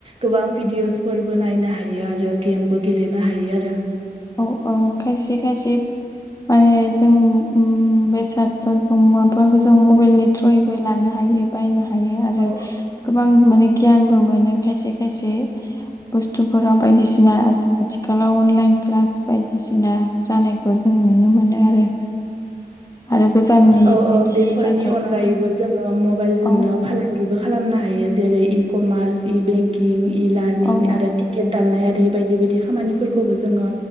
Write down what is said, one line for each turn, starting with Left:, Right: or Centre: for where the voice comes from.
Right: गोबां भिडिअसफोरबो नायनो हायो आरो गेमबो गेलेनो हायो आरो
Left: औ औ खायसे खायसे माने जों बेसादफोरखौ मुवाफोरखौ जों मबाइलनि थ्रयैबो लानो हायो बायनो हायो आरो
Right: औ
Left: गोबां माने गियानबो मोनो खायसे खायसे बुस्थुफोराव बायदिसिना आथिखालाव अनलाइन क्लास बायदिसिना जानायखौ जों नुनो मोनो आरो आरो गोजाननि
Right: औ
Left: मिथियै
Right: औ बेफोरनि
Left: जाथायखौ
Right: अनगायैबो
Left: मि-
Right: जोङो मबाइलजोंनो
Left: औ
Right: फालांगिबो खालामनो हायो जेरै इ कमार्स इ बेंकिं इ लार्निं
Left: औ
Right: आरो टेखेद दाननाय आरि बायदि बायदि खामानिफोरखौबो जोङो